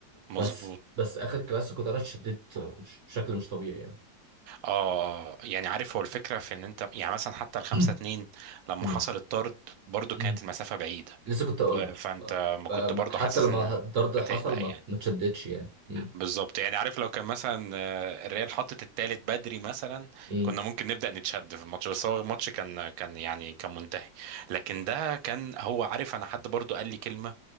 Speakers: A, on the right (about 80°); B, on the right (about 50°).
A: مظبوط
B: بس بس اخر كلاسيكو ده انا اتشددت مش- بشكل مش طبيعي يعني
A: اه آه. يعني عارف هو الفكره في ان انت يعني مثلا حتى الخمسة
B: <clears throat>
A: اتنين لما
B: مم،
A: حصل الطرد برضو كانت
B: مم.
A: المسافه بعيده
B: لسه كنت اقول
A: ف- فانت
B: لك آه،
A: ما
B: ما-
A: كنت
B: ما-
A: برضو
B: حتى
A: حاسس
B: لما
A: ان
B: الطرد
A: مش
B: حصل
A: هتقلق
B: ما
A: يعني
B: ما اتشددتش يعني مم،
A: بالظبط يعني عارف لو كان مثلا آه، الريال حطت التالت بدري مثلا
B: مم،
A: كنا ممكن نبدا نتشد في الماتش بس هو الماتش كان كان يعني كان منتهي لكن ده كان هو عارف انا حد برضو قال لي كلمه